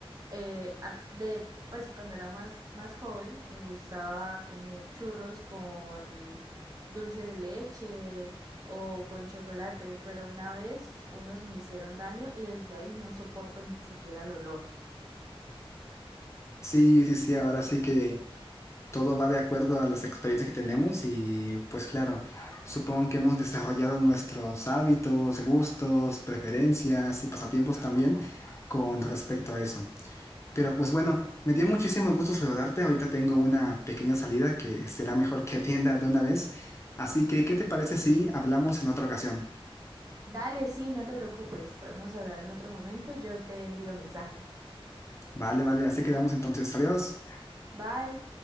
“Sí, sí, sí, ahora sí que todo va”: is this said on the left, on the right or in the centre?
Left